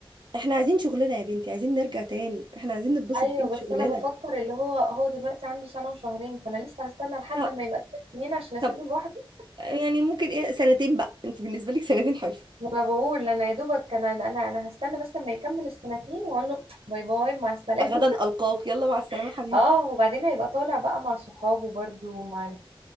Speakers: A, on the right; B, on the right.
A: احنا عايزين شغلنا يا بنتي عايزين نرجع تاني احنا عايزين نتبسط
B: ايوه
A: تاني في
B: بس
A: شغلنا
B: انا بفكر اللي هو هو دلوقتي عنده سنه وشهرين فانا لسه هستنى لحد
A: لا
B: ما يبقى ثلاث سنين عشان اسيبه
A: طب
B: لوحده
A: يعني ممكن ايه سنتين بقى انت بالنسبة لك سنتين حلو
B: ما انا بقول انا يا دوبك انا انا انا هستنى بس لما يكمل السنتين واقول له باي باي مع السلامه
A: غدا ألقاك يلا مع السلامة
B: <laughs>
A: حبيبي
B: اه وبعدين هيبقى طالع بقى مع صحابه برده ومع